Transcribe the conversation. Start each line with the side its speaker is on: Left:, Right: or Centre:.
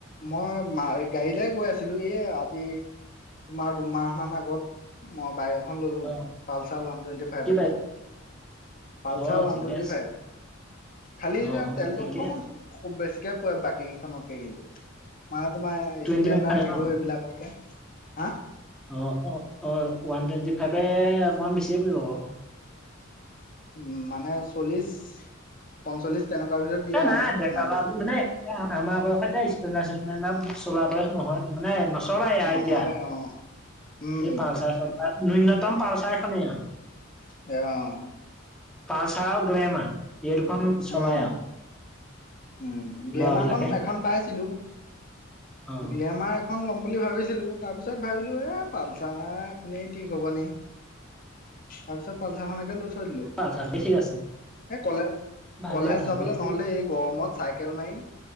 Left: মই ম গাড়ীলে কৈ আছিলো এ আজি তোমাৰ দুমাহ মান আগত মই বাই খন ললো
Centre: অ
Left: পালছা ওৱান টুৱেণ্টি ফাইভ
Centre: কি
Left: এখন
Centre: বাইক
Left: পালছা
Centre: অ
Left: ওৱান
Centre: ঠিকে
Left: টুৱেণ্টি
Centre: আছে
Left: ফাইভ খালীতি
Centre: অ অ
Left: তেলটো
Centre: ঠিকে
Left: অকমান
Centre: আছে
Left: বেছিকে পোৱে বাকী কেইখনতকে কিন্তু মানে তোমাৰ
Centre: টুৱেণ্টি
Left: স্প্লেণ্ডাৰ
Centre: ফাইভ মানে
Left: হিৰো
Centre: ন
Left: এইবিলাকতকে হা
Centre: অ অ অ ওৱান টুৱেণ্টি ফাইভে অকমান বেছিয়ে পৰিব আকৌ
Left: উ মানে চল্লিশ পঞ্চল্লিশ তেনেকুৱা ভিতৰত দিয়ে
Centre: এ নাই
Left: আৰু
Centre: ডেকালৱা
Left: মাইলেজটো
Centre: আমি মানে আমাৰ বয়সতে স্কুল ন না চলা বয়স নহয় ত মানে চলাই এতিয়া
Left: নহয় অ উম
Centre: স পালচাৰ চালচাৰ ন্যূনতম পালচাৰ এখনেই আও
Left: আহ
Centre: পালচাৰ আৰু গ্লেমাৰ এই দুখন চলাই
Left: উম
Centre: আৰু
Left: উম গ্লেমাৰখন
Centre: ল'ৰাবিলাকে
Left: এখন পাইছিলো
Centre: অ
Left: গ্লেমাৰ খখন ল'ম বুলি ভাবিছিলো তাৰ পিছত ভাবিলো এ পালচা খনে ঠিক হ'ব নি তাৰ পিছত পালচাখনকে লৈ থৈ দিলো
Centre: পালচাৰ খনে ঠিক আছে
Left: কলে
Centre: ভালে
Left: কলেজ
Centre: পালচাৰ
Left: যাবলৈ
Centre: খনে ঠিক
Left: নহলে
Centre: আছে
Left: গৰমত চাইকেল মাৰি